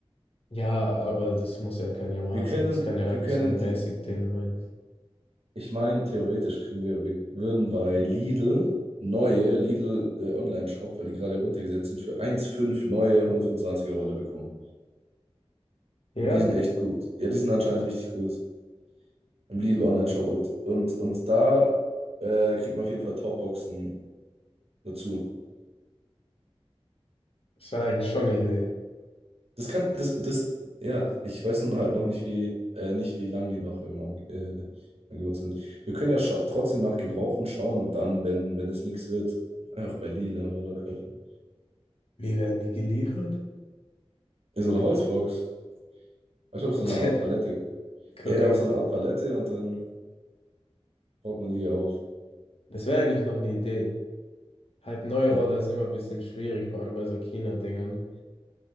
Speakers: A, on the left (about 65°); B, on the right (about 70°).
A: Ja, aber das muss ja kein Yamaha
B: Wir können,
A: sein. Das kann ja
B: wir
A: einfach
B: können
A: so ein
B: die
A: Basic-Ding sein.
B: Ich meine, theoretisch kriegen wir, wir würden bei Lidl neue Lidl äh, Online-Shop, weil die gerade runtergesetzt sind, für 1,5 neue 125er Rolle bekommen.
A: Ja,
B: Und die sind echt gut. Ja, die sind anscheinend richtig gut im Lidl Online-Shop. Und, und, und da äh, kriegt man auf jeden Fall Topboxen dazu.
A: das wäre eigentlich schon eine Idee.
B: Das kann, das, das, ja, ich weiß nur halt noch nicht, wie, äh, nicht, wie lang die noch im An- äh, Angebot sind. Wir können ja scha- trotzdem nach Gebrauchten schauen und dann, wenn, wenn das nichts wird, einfach bei Lidl eine Rolle kaufen.
A: Wie werden die geliefert?
B: Ja, so ein Holzbox. Weißt du, auf so
A: <laughs>
B: eine Art Palette.
A: Tja, Korrekt.
B: Ja, ja, auf so eine Art Palette und dann baut man die hier auf.
A: Das wäre eigentlich noch eine Idee. Halt, neue
B: Ja,
A: Roller ist immer ein bisschen schwierig, vor allem bei so China-Dingern.